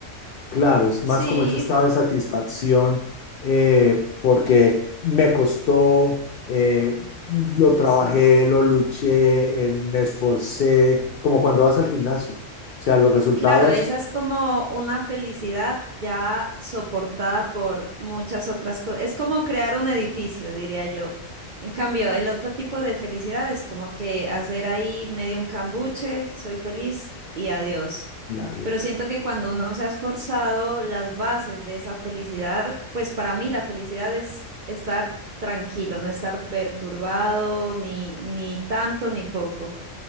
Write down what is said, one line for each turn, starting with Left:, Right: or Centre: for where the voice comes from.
Left: Claro, es más
Right: Sí,
Left: como ese estado de satisfacción eh, porque me costó, eh, lo
Right: eso.
Left: trabajé, lo luché, eh, me esforcé, como cuando vas al gimnasio. O sea, los resultados,
Right: Claro, esa es como una felicidad ya soportada por muchas otras cosas. Es como crear un edificio, diría yo. En cambio, el otro tipo de felicidad es como que hacer ahí medio un cambuche, soy feliz y adiós.
Left: ya Dios.
Right: Pero siento que cuando uno se ha esforzado las bases de esa felicidad, pues para mí la felicidad es estar tranquilo, no estar perturbado ni, ni tanto ni poco.